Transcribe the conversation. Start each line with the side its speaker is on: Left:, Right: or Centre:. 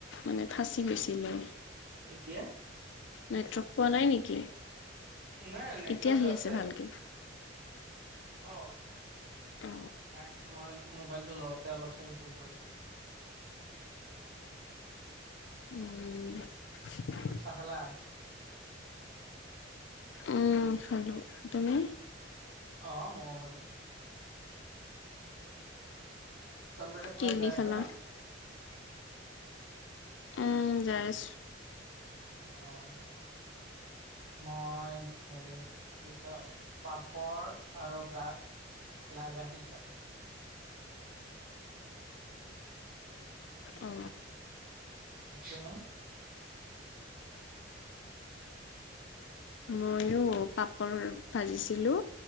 Left: মানে ফাঁচি গৈছিলে।
Right: এতিয়া?
Left: নেটৱৰ্ক পোৱা নাই নেকি?
Right: নাই নেটৱৰ্কটো
Left: এতিয়া আহি
Right: আছে।
Left: ভালকে
Right: অ',
Left: অ
Right: নাই মই মোবাইলটো- লওঁতে অলপ চাগে ভুল কৰিছোঁ।
Left: উম্।
Right: চাহ খালা?
Left: উম্ খালোঁ, তুমি?
Right: অ', মইয়ো খালোঁ। কম্পিউটাৰ ক্লাছ
Left: কি
Right: যায়
Left: দি
Right: আছাঁ
Left: খালা
Right: নে?
Left: উম্, যাই আছোঁ।
Right: অ' মই হেৰি, কি কয়? পাপৰ আৰু গাখীৰ চাহ।
Left: অ
Right: হা, হা।
Left: মইয়ো পাপৰ ভাজিছিলো।